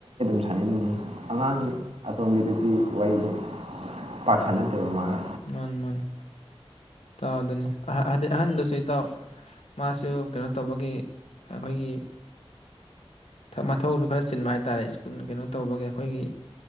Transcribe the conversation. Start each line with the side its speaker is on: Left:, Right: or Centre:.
Right: ꯁꯥꯅꯩꯗꯨꯅꯦ ꯑꯉꯥꯡꯅꯦ ꯑꯇꯣꯝꯕꯤꯗꯨꯗꯤ ꯋꯥꯔꯤꯗꯨ ꯄꯛ ꯁꯟꯅꯗꯦꯕ ꯃꯥ
Left: ꯃꯥꯅꯤ ꯃꯥꯅꯤ ꯇꯥꯎ ꯑꯗꯨꯅꯤ ꯍꯥꯏꯗꯤ ꯑꯍꯟꯗꯨꯁꯨ ꯏꯇꯥꯎ ꯃꯥꯁꯨ ꯀꯩꯅꯣ ꯇꯧꯕꯒꯤ ꯑꯩꯈꯣꯏꯒꯤ ꯃꯊꯧꯗꯨ ꯈꯔ ꯆꯤꯟꯕ ꯍꯥꯏ ꯇꯥꯔꯦ ꯁ꯭ꯀꯨꯜ ꯀꯩꯅꯣ ꯇꯧꯕꯒꯤ ꯑꯩꯈꯣꯏꯒꯤ